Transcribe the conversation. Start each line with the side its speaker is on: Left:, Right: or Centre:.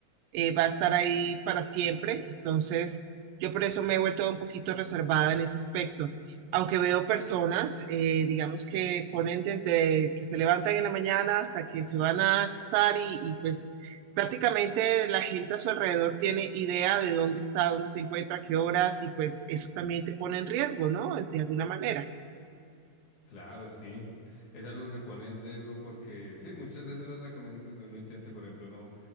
Right: eh, va a estar ahí para siempre. Entonces, yo por eso me he vuelto un poquito reservada en ese aspecto. Aunque veo personas, eh, digamos que ponen desde que se levantan en la mañana hasta que se van a acostar y, y pues prácticamente la gente a su alrededor tiene idea de dónde está, dónde se encuentra, qué horas y pues eso también te pone en riesgo, ¿no? De alguna manera.
Left: Claro, sí. Es algo que pone en riesgo porque sí, muchas veces los recomiendan de que uno intente, por ejemplo, no,